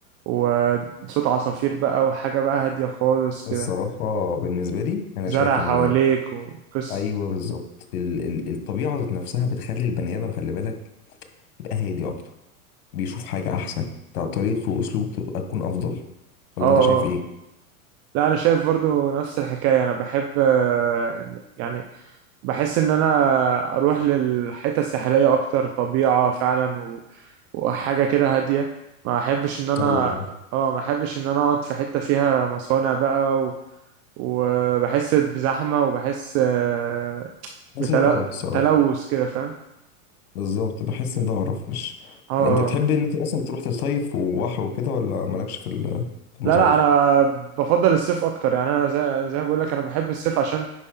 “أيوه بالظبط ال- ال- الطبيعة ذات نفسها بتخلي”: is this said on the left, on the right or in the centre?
Left